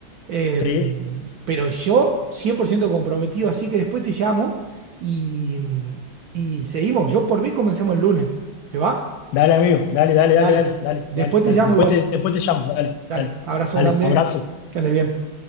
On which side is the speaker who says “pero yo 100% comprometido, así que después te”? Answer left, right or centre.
Right